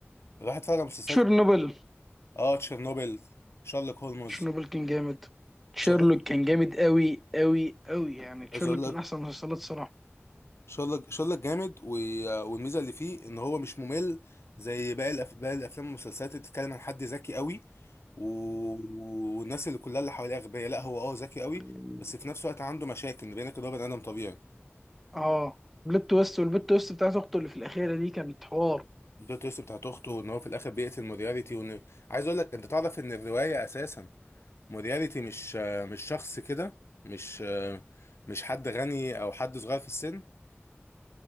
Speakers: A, on the left; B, in the centre.
A: راح اتفرج على مسلسلات
B: شيرنوبل
A: اه تشيرنوبل شارلوك هولمز
B: شيرنوبل كان جامد شيرلوك
A: شارلوك
B: كان جامد قوي قوي قوي يعني
A: عايز
B: شيرلوك
A: اقول لك
B: من احسن المسلسلات الصراحه
A: شارلوك شارلوك جامد و- والميزه اللي فيه ان هو مش ممل زي باقي الأف... باقي الافلام والمسلسلات اللي بتتكلم عن حد ذكي قوي و... والناس اللي كلها اللي حواليه اغبياء لا هو اه ذكي قوي
B: امم
A: بس في نفس الوقت عنده مشاكل بينك ان هو بني ادم طبيعي
B: اه بلوت تويست والبلوت تويست بتاعت اخته اللي في الاخيره دي كانت حوار
A: البلوت تويست بتاعت اخته وان هو في الاخر بيقتل مورياليتي وان عايز اقول لك انت تعرف ان الروايه اساسا مورياليتي مش مش شخص كده مش مش حد غني او حد صغير في السن